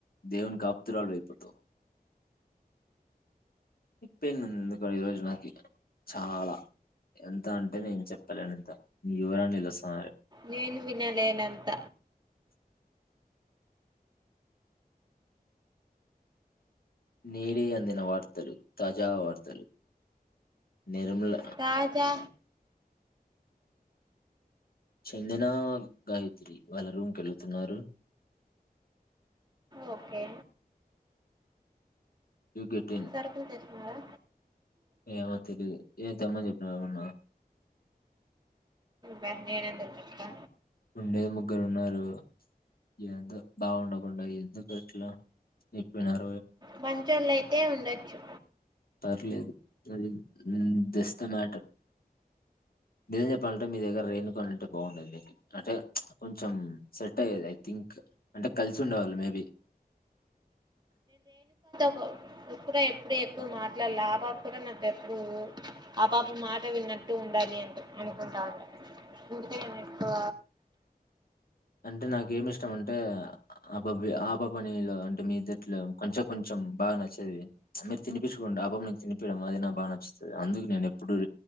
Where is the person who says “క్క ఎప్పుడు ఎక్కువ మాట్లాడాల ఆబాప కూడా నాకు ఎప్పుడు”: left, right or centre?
Right